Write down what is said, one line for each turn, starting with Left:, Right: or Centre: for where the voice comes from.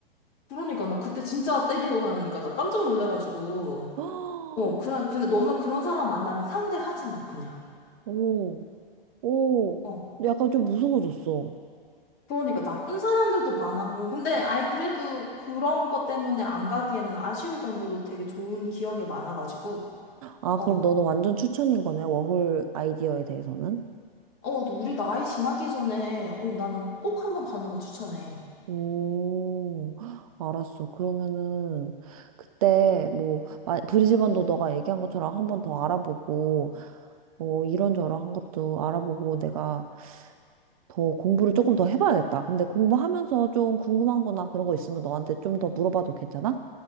Left: 그러니까 나 그때 진짜 때리려고 하니까 나 깜짝 놀래가지고,
Right: <gasps>
Left: 어, 그냥, 근데 너는 그런 사람 만나면 상대하지 마, 그냥.
Right: 오. 오,
Left: 어.
Right: 약간 좀 무서워졌어.
Left: 그러니까 나쁜 사람들도 많아. 어, 근데 아이 그래도 그런 것 때문에 안 가기에는 아쉬울 정도로 되게 좋은 기억이 많아가지고.
Right: 아,
Left: 어.
Right: 그럼 너는 완전 추천인 거네, 워홀 아이디어에 대해서는?
Left: 어, 또 우리 나이 지나기 전에 어, 나는 꼭 한번 가는 거 추천해.
Right: 오, 알았어. 그러면은, 그때, 뭐, 마- 브리즈번도 너가 얘기한 것처럼 한번 더 알아보고, 어, 이런저런 한 것도 알아보고 내가 더 공부를 조금 더 해봐야겠다. 근데 공부하면서 좀 궁금한 거나 그런 거 있으면 너한테 좀 더 물어봐도 괜찮아?